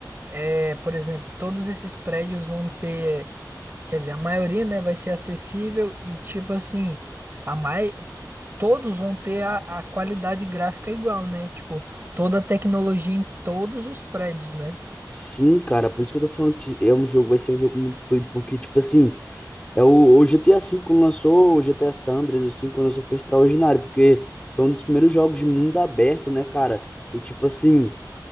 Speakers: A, on the right; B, on the left.
A: é, por exemplo, todos esses prédios vão ter Quer dizer, a maioria, né, vai ser acessível e tipo assim, a mai... todos vão ter a, a qualidade gráfica igual, né? Tipo, toda a tecnologia em todos os prédios, né?
B: sim, cara, por isso que eu tô falando que é um jogo, vai ser um jogo muito doido, porque tipo assim, É o, o GTA V quando lançou, o GTA San Andreas, o 5 quando lançou foi extraordinário, porque foi um dos primeiros jogos de mundo aberto, né, cara? E tipo assim,